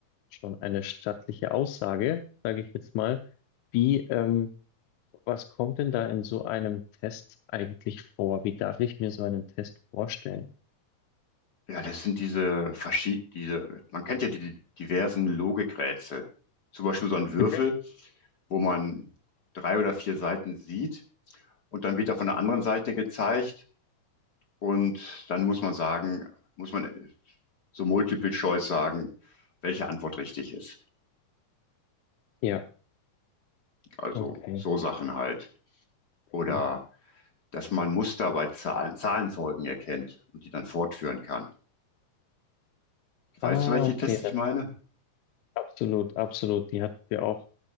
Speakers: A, on the left; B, on the left.
A: schon eine stattliche Aussage, sage ich jetzt mal. Wie, ähm, was kommt denn da in so einem Test eigentlich vor? Wie darf ich mir so einen Test vorstellen?
B: ja, das sind diese verschiedenen, diese, man kennt ja die diversen Logikrätsel. Zum Beispiel so ein Würfel,
A: Mhm.
B: wo man drei oder vier Seiten sieht und dann wird er von der anderen Seite gezeigt und dann muss man sagen, muss man äh, so Multiple Choice sagen, welche Antwort richtig ist.
A: Ja,
B: Also
A: okay.
B: so Sachen halt. Oder
A: Mhm.
B: dass man Muster bei Zahlen, Zahlenfolgen erkennt und die dann fortführen kann. Weißt
A: Ah,
B: du, welche
A: okay,
B: Tests
A: das
B: ich meine?
A: absolut, absolut. Die hatten wir auch